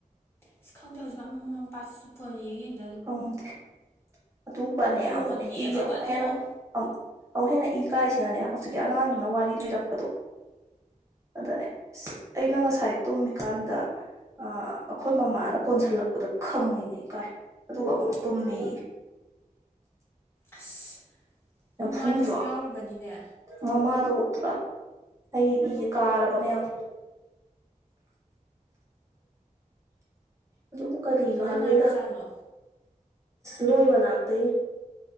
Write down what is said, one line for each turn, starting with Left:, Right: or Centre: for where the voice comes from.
Left: ꯁꯁ ꯈꯪꯗꯦ ꯍꯧꯖꯤꯛ ꯑꯃ ꯃꯃꯥ ꯃꯄꯥꯁꯤꯁꯨ ꯐꯣꯟ ꯌꯦꯡꯉꯦ
Right: ꯈꯪꯗꯦ ꯑꯗꯨꯕꯅꯦ
Left: ꯐꯣꯟ
Right: ꯑꯃꯨꯛꯅꯦ
Left: ꯌꯦꯡꯉꯒ
Right: ꯏ ꯑꯃꯨꯛ
Left: ꯑꯗꯨꯝ
Right: ꯍꯦꯟꯅ ꯑꯃꯨꯛ ꯑꯃꯨꯛ ꯍꯦꯟꯅ ꯏ ꯀꯥꯏꯁꯤꯅꯅꯦ ꯍꯧꯖꯤꯛꯀꯤ ꯑꯉꯥꯡꯗꯨꯅ ꯋꯥꯔꯤ ꯂꯤꯔꯛꯄꯗꯣ ꯑꯗꯅꯦ ꯑꯩꯅ ꯉꯁꯥꯏ ꯇꯨꯝꯃꯤꯀꯥꯟꯗ ꯑꯩꯈꯣꯏ ꯃꯃꯥꯅ ꯀꯣꯟꯁꯤꯜꯂꯛꯄꯗ ꯈꯪꯉꯤꯅꯦ ꯀꯥꯏ ꯑꯗꯨꯒ ꯑꯃꯨꯛ ꯇꯨꯝꯃꯤ
Left: ꯑꯁ
Right: ꯌꯥꯝꯐꯨꯅꯤꯛ
Left: ꯃꯃꯥꯗꯨꯁꯨ
Right: ꯗ꯭ꯔꯣ
Left: ꯌꯥꯎꯔꯤꯕꯅꯤꯅꯦ
Right: ꯃꯃꯥ ꯗꯨ ꯄꯨꯔꯥ ꯑꯩ ꯏ ꯀꯥꯔꯕꯅꯦ ꯌꯥꯝ ꯑꯗꯨ ꯀꯔꯤꯅꯣ
Left: ꯀꯅꯥꯏ
Right: ꯍꯥꯏꯕꯅꯤꯗ
Left: ꯃꯆꯥꯅꯣ
Right: ꯅꯣꯏꯃꯅꯥꯥꯛꯇꯅꯤ